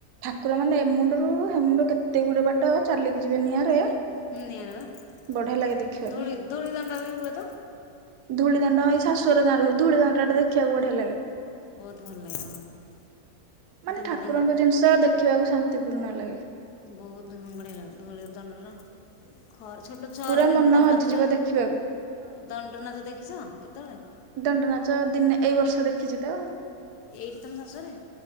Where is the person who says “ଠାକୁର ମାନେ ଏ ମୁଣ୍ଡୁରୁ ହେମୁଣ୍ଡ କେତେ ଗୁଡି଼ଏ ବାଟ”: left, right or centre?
Right